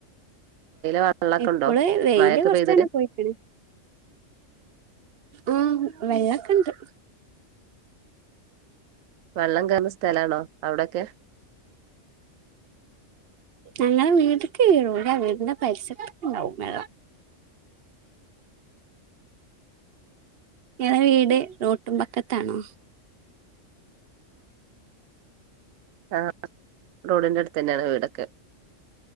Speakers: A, on the right; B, on the right.
A: വെള്ളൊക്കെ
B: എപ്പള്
A: ഉണ്ടോ
B: വെയില്
A: മഴൊക്കെ
B: കുറച്ചാണ്
A: പെയ്തിട്ട്
B: പോയിക്കണ ആ വെള്ളക്കണ്ട്
A: വെള്ളം കയറന്ന സ്ഥലാണോ അവിടൊക്കെ
B: ഞങ്ങ വീട്ടക്ക് കീഴൂല്ല വീടിന്റെ പൈസത് ഉണ്ടാവും വെള്ളം ഞടെ വീട് റോട്ടും പക്കത്താണോ
A: ആ റോഡിന്റെ അടുത്ത് തന്നെയാണ് വീടൊക്കെ